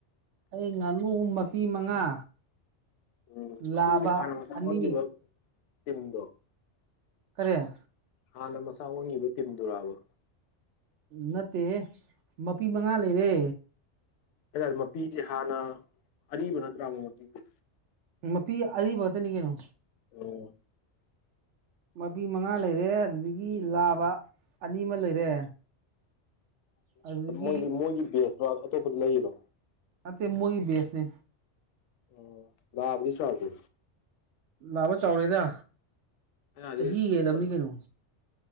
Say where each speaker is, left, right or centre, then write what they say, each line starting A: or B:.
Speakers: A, on the right; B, on the left.
A: ꯑꯩ ꯉꯥꯅꯨ ꯃꯄꯤ ꯃꯉꯥ
B: ꯎꯝ
A: ꯂꯥꯕ
B: ꯐ ꯍꯥꯟꯅ ꯃꯁꯥ ꯑꯣꯟꯈꯤꯕ
A: ꯑꯅꯤ
B: ꯇꯤꯝꯗꯣ
A: ꯀꯔꯤꯌꯥ
B: ꯍꯥꯟꯅ ꯃꯁꯥ ꯑꯣꯏꯉꯕ ꯇꯤꯟꯗꯨꯣꯔꯕ
A: ꯅꯠꯇꯦ ꯃꯄꯤ ꯃꯉꯥ ꯂꯩꯔꯦ
B: ꯍꯥꯏꯦ ꯃꯄꯤꯁꯤ ꯍꯥꯟꯅ ꯑꯔꯤꯕ ꯅꯠꯇ꯭ꯔꯥ ꯑꯃꯛ ꯃꯄꯤꯁ
A: ꯃꯄꯤ ꯑꯔꯤꯕꯇꯅꯤ ꯀꯩꯅꯣ
B: ꯑꯣ
A: ꯃꯄꯤ ꯃꯉꯥ ꯂꯩꯔꯦ ꯑꯗꯨꯗꯒꯤ ꯂꯥꯕ ꯑꯅꯤ ꯑꯃ ꯂꯩꯔꯦ ꯑꯗꯨꯗꯒꯤ
B: ꯣꯏ ꯃꯣꯏꯒꯤ ꯕꯦꯁꯣ ꯑꯇꯣꯞꯄꯗ ꯂꯩꯔꯣ
A: ꯑꯇꯩ ꯃꯨꯒꯤ ꯦꯁꯅꯤ
B: ꯑ ꯂꯕꯅꯤ ꯁꯥꯕ
A: ꯂꯥꯛꯕ ꯆꯥꯎꯔꯦꯗ
B: ꯑ
A: ꯆꯍꯤ
B: ꯆꯁ
A: ꯍꯦꯜꯂꯝꯅꯤ ꯀꯩꯅꯣ